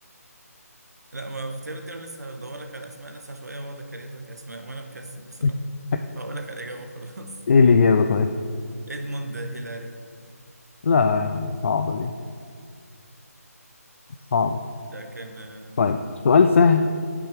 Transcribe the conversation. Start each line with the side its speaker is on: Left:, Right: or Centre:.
Right: لا ما اختيارات دي انا لسه هدور لك على اسماء ناس عشوائيه واقعد اكريت لك اسماء وانا مكسل بصراحه
Left: <laughs>
Right: فهقول لك على الاجابه خلاص
Left: ايه الإجابة طيب
Right: <laughs> ادموند هيلاري
Left: لا يا عم صعبة دي صعب
Right: ده كان آه،
Left: طيب سؤال سهل